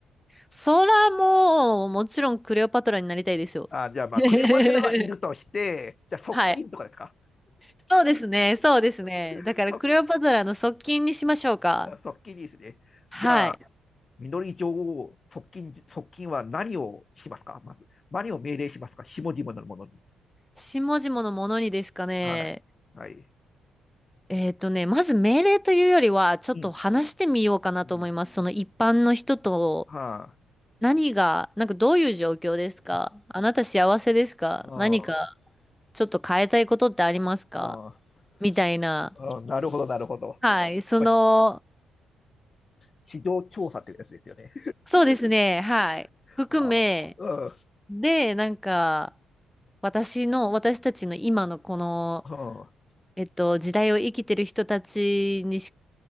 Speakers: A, in the centre; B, on the left.
A: そらもう、もちろんクレオパトラになりたいですよ。
B: あ、じゃあ、まあ、
A: <laughs>
B: クレオパテラはいるとして、じゃあ、側近とかですか
A: はい。そうですね、そうですね。だからクレオパトラの側近にしましょうか。
B: 側、側近ですね。
A: はい。
B: じゃあ、みのり女王、側近、側近は何をしますかまず、何を命令しますか下々のものに。
A: 下々のものにですかね。
B: はい。はい。
A: えっとね、まず命令というよりは、ちょっと話してみようかなと思います。
B: うん。うん。
A: その一般の人と、
B: は
A: 何が、なんかどういう状況ですかあなた幸せですか何か
B: あ。あ
A: ちょっと変えたいことってありますか
B: あ。あ
A: みたいな。
B: あ。あなるほど、なるほど。
A: はい。その、
B: まあ、し市場調査っていうやつですよね。
A: そうですね。はい。含め、
B: ああ。うん。は
A: で、なんか、私の、私たちの今のこの、
B: あ。
A: えっと、時代を生きてる人たちにし、